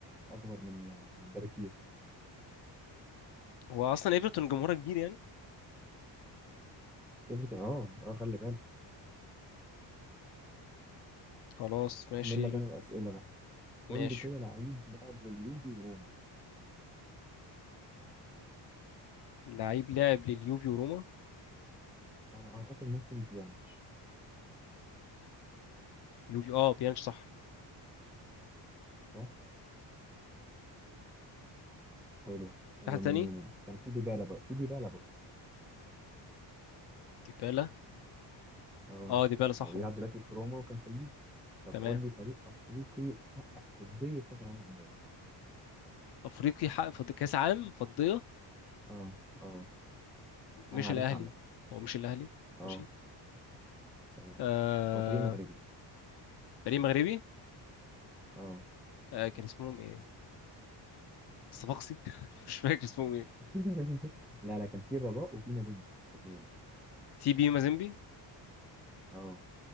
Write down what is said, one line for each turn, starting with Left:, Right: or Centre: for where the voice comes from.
Centre: اكبر من من ده بكتير
Left: هو اصلا ايفرتون جمهورها كبير يعني
Centre: ايفرتون اه اه خلي بالك
Left: خلاص
Centre: اكمل
Left: ماشي
Centre: لك انا الاسئله بقى
Left: ماشي
Centre: قول لي كده لعيب لعب لليوفي وروما
Left: لعيب لاعب لليوفي وروما
Centre: انا اعتقد ممكن بيانيتش
Left: يوفي اه بيانش صح
Centre: صح حلوه حلوه
Left: في حد تاني
Centre: من يومين كان في ديبالا بقى في ديبالا برضه
Left: ديبالا
Centre: اه
Left: اه ديبالا صح
Centre: هو بيلعب
Left: برضه
Centre: دلوقتي في روما وكان في اليوفي طب
Left: تمام
Centre: قول لي فريق افريقي حقق فضيه كاس العالم للانديه
Left: افريقي حقق فض- كاس عالم فضيه
Centre: اه اه
Left: مش
Centre: انا عارفها
Left: الاهلي
Centre: عامه
Left: هو مش الاهلي
Centre: اه
Left: ماشي
Centre: تمام
Left: آه
Centre: هو فريق مغربي
Left: فريق مغربي
Centre: اه
Left: آه كان اسمهم ايه الصفاقسي <laughs> مش فاكر اسمهم ايه
Centre: <laughs> لا لا كان في الرجاء وفي مازيمبي الاثنين
Left: تي بي مازيمبي
Centre: اه